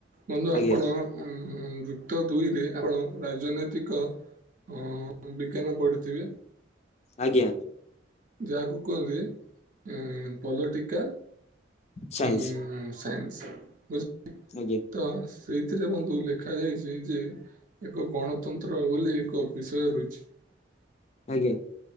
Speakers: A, on the right (about 45°); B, on the left (about 35°).
A: ବନ୍ଧୁ
B: ଆଜ୍ଞା
A: ଆପଣ ଉ ଯୁକ୍ତ ଦୁଇରେ ଆପଣ ରାଜନୈତିକ। ଅ ବିଜ୍ଞାନ ପଢିଥିବେ?
B: ଆଜ୍ଞା।
A: ଯାହାକୁ କୁହନ୍ତି ପଲଟିକାଲ
B: ସାଇନ୍ସ
A: ଉଉଉ ସାଇନ୍ସ୍ ବଝ
B: ଆଜ୍ଞା।
A: ତ ସେଇଥିରେ ବନ୍ଧୁ ଲେଖାଯାଇଛି ଯେ ଏକ ଗଣତନ୍ତ୍ର ବୋଲି ଏକ ବିଷୟ ରହିଛି।
B: ଆଜ୍ଞା